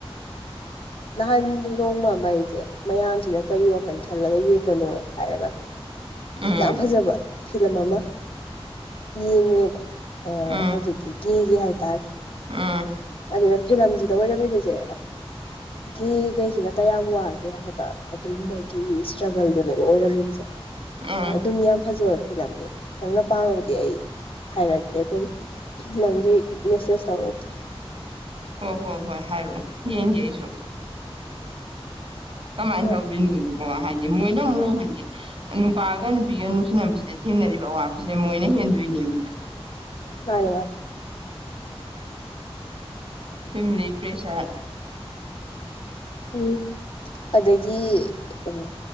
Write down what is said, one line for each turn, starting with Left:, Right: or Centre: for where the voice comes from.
Left: ꯅꯍꯥꯟ ꯅꯣꯡꯕ ꯃꯩꯁꯦ ꯃꯌꯥꯝꯁꯤꯅ ꯀꯔꯤ ꯋꯥꯈꯜ ꯈꯜꯂꯒ ꯌꯦꯡꯕꯅꯣ ꯍꯥꯏꯔꯒ
Right: ꯎꯝ
Left: ꯌꯥꯝ ꯐꯖꯕ ꯐꯤꯂꯝ ꯑꯃ ꯌꯦꯡꯉꯨꯦꯕ ꯑ
Right: ꯎꯝ
Left: ꯍꯧꯖꯤꯛꯇꯤꯒꯤꯒꯤ ꯍꯥꯏꯇꯥꯔꯦ
Right: ꯎꯝ
Left: ꯑꯗꯨꯅ ꯐꯤꯂꯝꯁꯤꯗ ꯑꯣꯏꯔꯝꯃꯤꯕꯁꯦ ꯒꯦꯒꯩꯁꯤꯅ ꯀꯌꯥꯝ ꯋꯥꯒꯦ ꯍꯥꯏꯕ ꯑꯗꯨꯒꯨꯝꯕ ꯏꯁꯇ꯭ꯔꯒꯜꯗꯨꯅꯦꯕ ꯑꯣꯏꯔꯝꯃꯤꯕꯁꯦ
Right: ꯎꯝ
Left: ꯑꯗꯨꯝ ꯌꯥꯝ ꯐꯖꯕ ꯐꯤꯂꯝꯅꯦ ꯅꯪꯅ ꯄꯥꯝꯃꯕꯗꯤ ꯑꯩ ꯍꯥꯏꯔꯀꯦ ꯑꯗꯨꯝ ꯅꯪꯗꯤ ꯃꯦꯁꯦꯁ ꯇꯧꯔꯀꯦ
Right: ꯍꯣ ꯍꯣ ꯍꯣꯏ ꯍꯥꯏꯔꯣꯑꯣ ꯌꯦꯡꯒꯦ ꯑꯩꯁꯨ ꯀꯃꯥꯏꯅ
Left: ꯍꯣꯏ
Right: ꯇꯧꯔꯤꯅꯣꯗꯨꯀꯣ ꯍꯥꯏꯗꯤ ꯃꯣꯏꯅ ꯑꯃꯨꯛ ꯍꯥꯏꯗꯤ ꯅꯨꯄꯥꯒ ꯅꯨꯄꯤꯒ ꯅꯨꯡꯁꯤꯅꯕꯁꯤꯗ ꯊꯦꯡꯅꯔꯤꯕ ꯑꯋꯥꯕꯁꯤꯗ ꯃꯣꯏꯅ ꯍꯦꯟꯗꯣꯏꯅꯦꯕ
Left: ꯃꯥꯅꯦ ꯃꯥ
Right: ꯐꯦꯃꯤꯂꯤ ꯄ꯭ꯔꯦꯁꯥ
Left: ꯎꯝ ꯑꯗꯒꯤ ꯀꯩꯅ